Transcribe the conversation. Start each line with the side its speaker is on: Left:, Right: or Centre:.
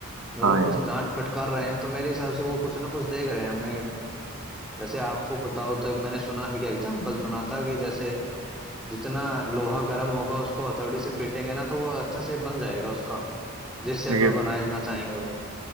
Centre: मतलब
Right: हाँ
Centre: कुछ
Right: यार
Centre: डांट फटकार रहे हैं तो मेरे हिसाब से वो कुछ ना कुछ देख रहे हैं हमें जैसे आपको पता हो तो एक मैंने सुना है कि एग्जाम्पल सुना था कि जैसे जितना लोहा गर्म होगा उसको हथौड़ी से पीटेंगे ना तो वो अच्छा से बन जाएगा उसका जिस शेप
Right: ये
Centre: में बनाना चाहेंगे वो